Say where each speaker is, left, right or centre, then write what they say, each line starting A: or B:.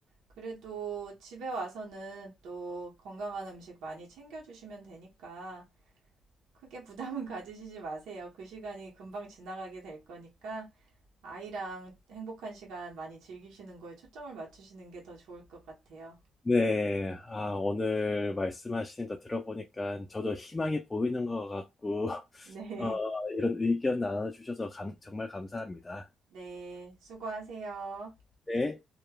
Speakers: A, on the right (about 85°); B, on the left (about 20°).
A: 그래도 집에 와서는 또 건강한 음식 많이 챙겨주시면 되니까 크게 부담은 <laughs> 가지시지 마세요. 그 시간이 금방 지나가게 될 거니까 아이랑 행복한 시간 많이 즐기시는 거에 초점을 맞추시는 게 더 좋을 것 같아요.
B: 네, 아, 오늘 말씀하시는 거 들어보니까 저도 희망이 보이는 것 같고, <laughs>
A: 네.
B: 어, 이런 의견 나눠주셔서 감- 정말 감사합니다.
A: 네. 수고하세요.
B: 네.